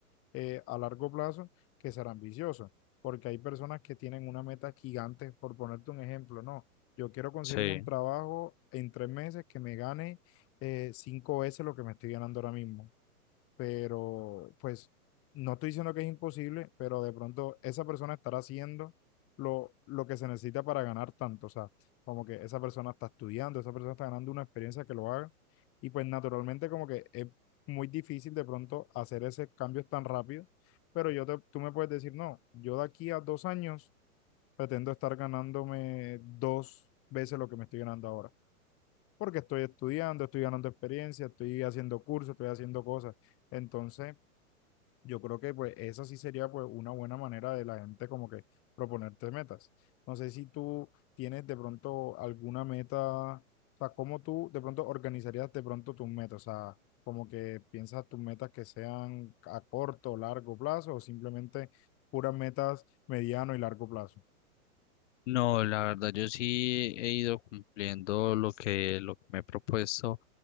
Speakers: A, on the left; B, on the left.
A: eh, a largo plazo que ser ambicioso, porque hay personas que tienen una meta gigante, por ponerte un ejemplo, no, yo quiero conseguirme
B: Sí.
A: un trabajo en tres meses que me gane eh, cinco veces lo que me estoy ganando ahora mismo pero pues no estoy diciendo que es imposible, pero de pronto esa persona estará haciendo lo, lo que se necesita para ganar tanto, o sea, como que esa persona está estudiando, esa persona está ganando una experiencia que lo haga, y pues naturalmente como que es muy difícil de pronto hacer ese cambio tan rápido, pero yo te- tú me puedes decir, no, yo de aquí a dos años pretendo estar ganándome dos veces lo que me estoy ganando ahora. Porque estoy estudiando, estoy ganando experiencia, estoy haciendo cursos, estoy haciendo cosas. Entonces, yo creo que pues esa sí sería pues una buena manera de la gente como que proponerte metas. No sé si tú tienes de pronto alguna meta, o sea, cómo tú de pronto organizarías de pronto tus metas, o sea, como que piensas tus metas que sean a corto o largo plazo o simplemente puras metas mediano y largo plazo.
B: No, la verdad, yo sí he ido cumpliendo lo que, lo que me he propuesto,